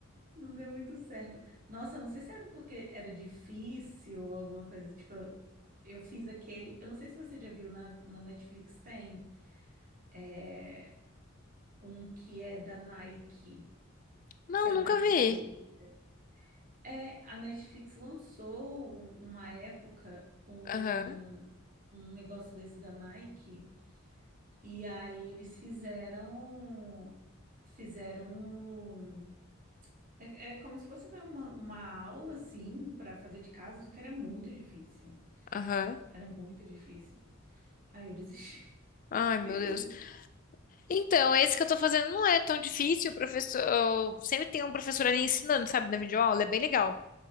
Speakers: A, on the right; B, on the left.
A: não deu muito certo. Nossa, eu não sei se era porque era difícil ou alguma coisa, tipo, eu fiz aquele, eu não sei se você já viu na, na Netflix, tem, é, um que é da Nike.
B: Não,
A: que a Nike
B: nunca vi.
A: que, que fez. É, a Netflix lançou um- uma época um,
B: Aham,
A: um negócio desse da Nike e aí eles fizeram fizeram um- é, é como se fosse né, uma, uma aula assim para fazer de casa, só que era muito difícil.
B: aham.
A: Era muito difícil. Aí eu desisti. <laughs>
B: Ai, meu Deus.
A: Eu desisti.
B: Então, esse que eu tô fazendo não é tão difícil, o professor, eu- sempre tem um professor ali ensinando, sabe, na videoaula, é bem legal.